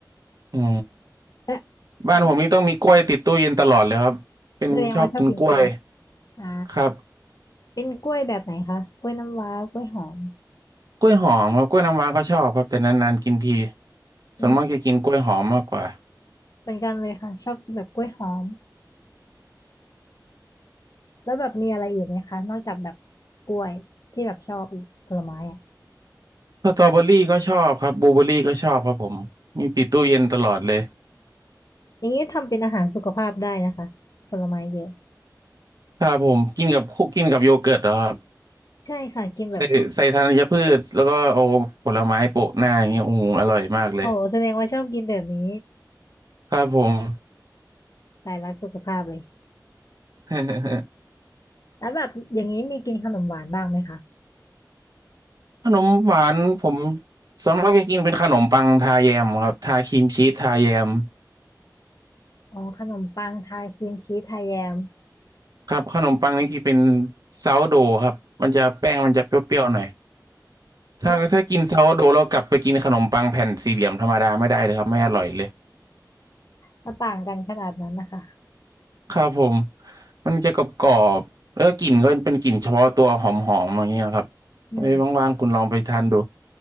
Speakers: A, on the right; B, on the left.
A: อ๋อ
B: และ
A: บ้านผมนี่ต้องมีกล้วยติดตู้เย็นตลอดเลยครับเป็นชอบกินกล้วย
B: แล้วมันแสดงว่าชอบกินกล้วยอ่า
A: ครับ
B: เป็นกล้วยแบบไหนคะกล้วยน้ำว้ากล้วยหอม
A: กล้วยหอมครับกล้วยน้ำว้าก็ชอบครับแต่นานๆกินทีส่วนมากจะกินกล้วยหอมมากกว่า
B: อืมเหมือนกันเลยค่ะชอบกินแบบกล้วยหอมแล้วแบบมีอะไรอีกไหมคะนอกจากแบบกล้วยที่แบบชอบอีกผลไม้อะ
A: สตรอเบอรี่ก็ชอบครับบลูเบอรี่ก็ชอบครับผมมีติดตู้เย็นตลอดเลย
B: อย่างนี้ทำเป็นอาหารสุขภาพได้นะคะผลไม้เยอะ
A: ถ้าผมกินกับคุกกินกับโยเกิร์ตเหรอครับ
B: ใช่ค่ะกินแบบพวก
A: ใส่ใส่ธัญพืชแล้วก็เอาผลไม้โปะหน้าอย่างเงี้ยโอ้โหอร่อยมากเลย
B: โอ้โหแสดงว่าชอบกินแบบนี้
A: ครับผม
B: สายรักสุขภาพเลย
A: <laughs>
B: แล้วแบบอย่างนี้มีกินขนมหวานบ้างไหมคะ
A: ขนมหวานผมส่วนมากจะกินเป็นขนมปังทาแยมครับทาครีมชีสทาแยม
B: อ๋อขนมปังทาครีมชีสไทยแยม
A: ครับขนมปังนี่กินเป็นซาวโดครับมันจะแป้งมันจะเปรี้ยวๆหน่อย
B: แล้ว
A: ถ้าถ้ากินซาวโดแล้วกลับไปกินขนมปังแผ่นสี่เหลี่ยมธรรมดาไม่ได้เลยครับไม่อร่อยเลย
B: <laughs> แล้ <laughs> วต่างกันขนาดนั้นนะคะ
A: ครับผมมันจะกรอบกรอบแล้วกกลิ่นก็เป็นกลิ่นเฉพาะตัวหอมหอมอย่างเงี้ยครับไว้ว่างๆคุณลองไปทานดู
B: อืม